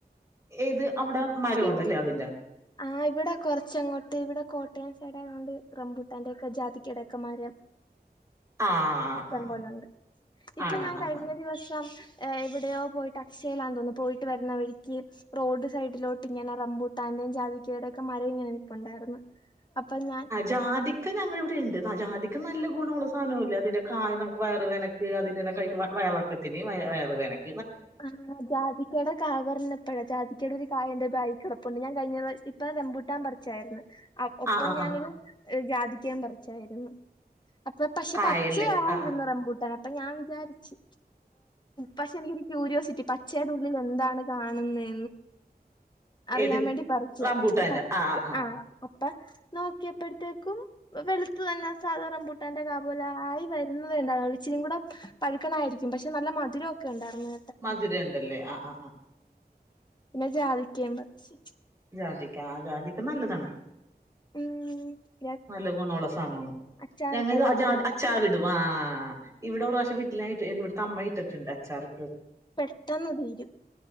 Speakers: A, on the right; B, on the left.
A: ഏത് അവിടെ മരമുണ്ടല്ലേ
B: പിന്
A: അതിന്റെ
B: ആ ഇവിടെ കുറച്ചെങ്ങോട്ട് കോട്ടയം സൈഡ് ആയോണ്ട് റംബൂട്ടാന്റേം ജാതിക്കയുടെ ഒക്കെ മരം.
A: ആഹ്
B: ഇഷ്ട്ടം
A: ആഹ്
B: പോലെ ഉണ്ട് ഇപ്പൊ
A: ആണ്
B: ഞാൻ
A: ആഹ്
B: കഴിഞ്ഞ
A: ആഹ്
B: ദിവസം എവിടയോ പോയിട്ട് അക്ഷയയിലാന്ന് തോന്നുന്നു പോയിട്ട് വരുന്നവഴിക്ക് റോഡ് സൈഡിൽക്കോ റംബൂട്ടാന്റേം ജാതിക്കയുടെ മരം നിപ്പുണ്ടായിരുന്നു. അപ്പൊ ഞാൻ
A: ജാതിക്കാ ഞങ്ങളേ ഇവിടുണ്ട്. ക്കാ നല്ലഗുണം സാധനം അല്ലെ അതിന്റ കായ നമുക്ക് വയർ വേദനക്ക് അതെല്ലാം കഴിക്കുമ്പോ വയറിളക്കത്തിന് വയർ വേദനക്ക്‌
B: ആ ജാതിക്കയുടെ കവർന്ന് പ്പോയാ ജാതിക്കയുടെ ഒരു കായ ഉണ്ട് ബാഗിൽ <unintelligible> കഴിഞ്ഞ ഇപ്പൊ റംബൂട്ടാൻ പറിച്ചാരുന്നു. അപ്പൊ ഒപ്പം
A: ആഹ് ആഹ്
B: ഞാൻ
A: ആഹ്
B: ന്ന് ജാതിക്കയും പറിച്ചാരുന്നു. അപ്പൊ പക്ഷെ
A: കായല്ലേ
B: പച്ചയായിരുന്നു
A: ആഹ് ആഹ്
B: റംബൂട്ടാൻ അപ്പൊ ഞാൻ വിചാരിച്ച് പക്ഷെ ക്യൂരിയോസിറ്റി പച്ചേടെ ഉള്ളില് എന്താണ് കാണ്ന്നേ? അറിയാൻ
A: ഏത്
B: വേണ്ടി പറിച്ചയാ
A: റംബൂട്ടാന്റെ
B: പച്ച്
A: ആഹ് ആഹ് ആഹ്
B: ആ ഒക് അപ്പൊ നോക്കിയപ്പഴ്ത്തേക്കും വെളുത്ത് തന്നെ സാധാ റംബൂട്ടന്റെ കാ പോലെ ആയി വരുന്നതേ ഇണ്ടായിരുന്നുള്ളു ഇച്ചിരി കൂടെ പഴുക്കണായിരിക്കും പക്ഷേ നല്ല മധുരൊക്കെ ഒണ്ടാർന്ന്
A: മധുര ഇണ്ടല്ലെ ആഹ് ആഹ്
B: പിന്നെ ജാതിക്കയും പറിച്ച്
A: ജാതിക്ക ആ ജാതിക്ക നല്ലതാണ്.
B: മ്
A: നല്ല ഗുണം ഒള്ള സാനം ആണ്,
B: അച്ചാറിട്ടാലും
A: ഞങ്ങൾ അച്ചാ
B: നമുക്ക്
A: ത് അച്ചാർ ഇടും, ആ ഇവിടെ ഒരു പ്രാശ്യം വീട്ടിലെ ഇട്ട് എന്ത് ഇവിട്ത്തെ അമ്മ ഇട്ടിട്ടിണ്ട് അച്ചാറ്.
B: പെട്ടന്ന് തീരും,